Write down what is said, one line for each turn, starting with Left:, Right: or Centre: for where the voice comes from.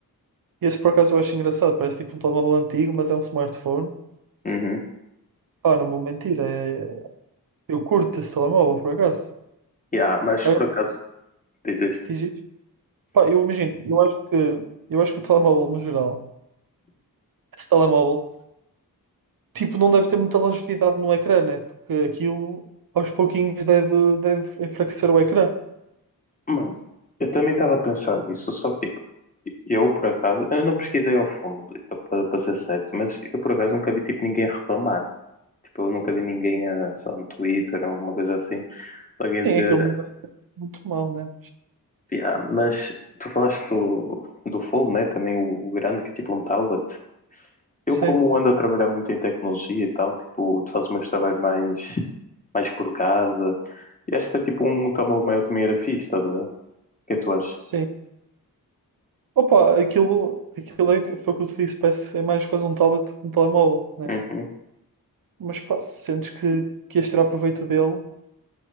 Right: Esse por acaso eu acho engraçado, parece tipo um telemóvel antigo, mas é um smartphone.
Left: Uhum.
Right: Pá, não vou mentir, é... eu curto esse telemóvel por acaso.
Left: Yeah, mas
Right: Agora,
Left: por acaso, diz, diz.
Right: diz isto. Pá, eu imagino, eu acho que, eu acho que o telemóvel no geral, esse telemóvel, tipo, não deve ter muita longevidade no ecrã, né? Porque aquilo aos pouquinhos deve, deve enfraquecer o ecrã.
Left: Mano, eu também estava a pensar nisso, só que tipo, eu por acaso, eu não pesquisei ao fundo, então para, para ser certo, mas eu por acaso nunca vi tipo ninguém a reclamar. Tipo, eu nunca vi ninguém, a, sei lá, no Twitter, alguma coisa assim, alguém
Right: Sim,
Left: a dizer,
Right: aquilo não deve ser muito mal, né?
Left: yeah, mas tu falaste do, do Fold, né? Também o, o grande, que é tipo um tablet. Eu,
Right: Sim,
Left: como ando a trabalhar muito em tecnologia e tal, tipo, tu fazes meus trabalhos mais, mais por casa. E acho que é, tipo um tamanho maior também era fixe, estás a ver? O que é que tu achas?
Right: sim. Opa, aquilo, aquilo é, que- foi o que eu te disse, parece é mais quase um tablet que um telemóvel, né?
Left: Uhum,
Right: Mas pá, se sentes que, que ias tirar proveito dele.